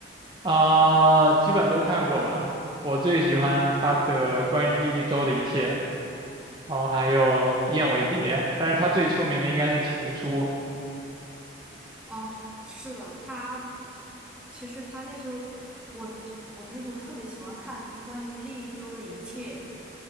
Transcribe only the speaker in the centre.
哦，是的，他其实他那时候，我我那时候特别喜欢看那个关于利一周的一切，